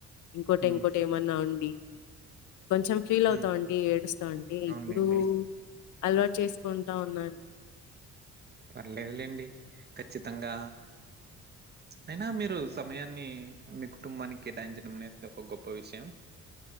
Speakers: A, on the left; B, on the right.
A: ఇంకోటి
B: హ్మ్
A: ఇంకోటి ఏమన్నా ఉండి కొంచెం ఫీల్
B: హ్మ్
A: అవుతామండి ఏడుస్తమండి
B: అవునులేండి
A: ఇప్పుడు అలవాటు చేసుకుంటా ఉన్నను
B: పర్లేదులేండి ఖచ్చితంగా అయినా మీరు సమయాన్ని మీ కుటుంబానికి కేటాయించడం అనేది ఒక గొప్ప విషయం